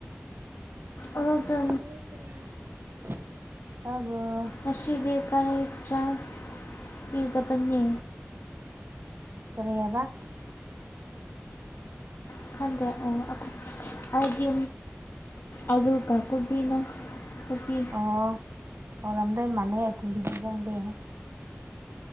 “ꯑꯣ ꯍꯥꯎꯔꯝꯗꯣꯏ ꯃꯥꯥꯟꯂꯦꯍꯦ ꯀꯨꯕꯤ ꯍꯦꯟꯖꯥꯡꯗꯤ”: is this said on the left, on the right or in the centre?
Right